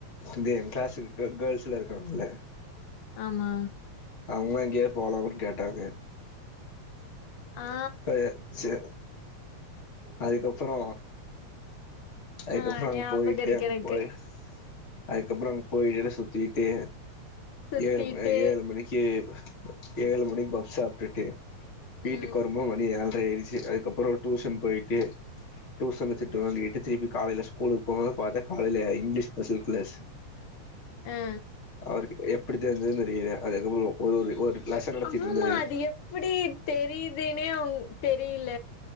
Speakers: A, on the left (about 45°); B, on the left (about 70°).
A: இது எங் கிளாஸுக்கு கேர்ள்ஸ்லா இருக்காங்கல்ல
B: ஆமா
A: அவங்கலா எங்யாது போலாமான் கேட்டாங்க
B: ஆ
A: <unintelligible> சே அதுக்கப்பறோ அதுக்கப்பறோ
B: ஆ
A: அங்க
B: ஞாபக
A: போயிட்டு
B: இருக்கு
A: அங்க
B: எனக்கு
A: போய் அதுக்கப்றோ அங்க போயில்ல சுத்திட்டு
B: சுத்திட்டு
A: ஏழு ஏழு மணிக்கு ஏழு மணிக்கு பப்ஸ் சாப்ட்டுட்டு வீட்டுக்கு
B: ம்
A: வருபோ மணி ஏ எட்ரை ஆயிடுச்சு அதுக்கப்றோ டூஷன் போயிட்டு டூஷன்ல திட்டு வாங்கிட்டு திருப்பி காலைல ஸ்கூலுக்கு போ வு பாத்தா காலைல இங்கிலீஷ் ஸ்பெஷல் கிளாஸ்
B: ஆ
A: அவருக்கு எப்டி தெரிஞ்சுதுன் தெரில அதுக்கப்றோ ஒரு ஒரு ஒரு லெசன் நடத்திட்டு
B: ஆமா
A: இருந்தாரு
B: அது எப்டி தெரியுதுன்னே அவுங் தெரில